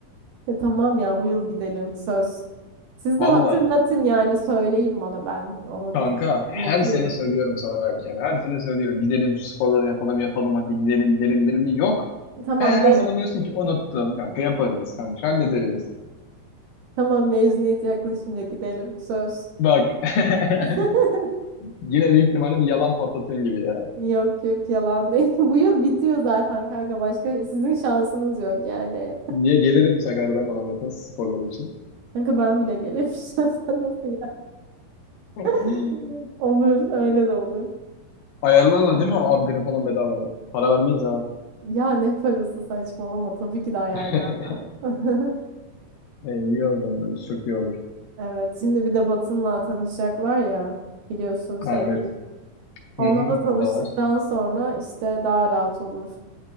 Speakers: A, on the right; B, on the left.
A: E, tamam ya bu yıl gidelim söz. Siz
B: Valla.
A: de hatırlatın yani söyleyin bana ben onu
B: Kanka
A: düş- unutuyorum.
B: her sene söylüyorum sana belki. yani. Her sene söylüyorum. Gidelim şu sporları yapalım yapalım hadi gidelim gidelim gidelim. Yok.
A: Tamam
B: Her,
A: me
B: her zaman diyorsun ki unuttum kanka yaparız kanka hallederiz.
A: tamam mezuniyet yaklaşınca gidelim söz.
B: Bak. <laughs>
A: <laughs>
B: Yine büyük ihtimalle bir yalan patlatıyorsun gibi ya.
A: Yok yok yalan değil. <laughs> Bu yıl bitiyor zaten kanka. Başka sizin şansınız yok yani.
B: Niye gelirim Sakarya'dan bana yapın sporları için.
A: Kanka ben bile gelemişim. <laughs> Sen nasıl ya?
B: <laughs>
A: <laughs> Olur öyle de olur.
B: Ayarlarlar değil mi abilerin falan bedavaya? Para vermeyiz ha.
A: Ya ne parası saçmalama. Tabii ki de ayarlarlar.
B: <laughs>
A: <laughs>
B: E, iyi o zaman. Çok iyi olur.
A: Evet şimdi bir de Batın'la tanışacaklar ya. Biliyorsun sevgilim.
B: Ha, evet.
A: Onunla
B: Hı hı,
A: da tanıştıktan
B: o da var.
A: sonra işte daha rahat olur.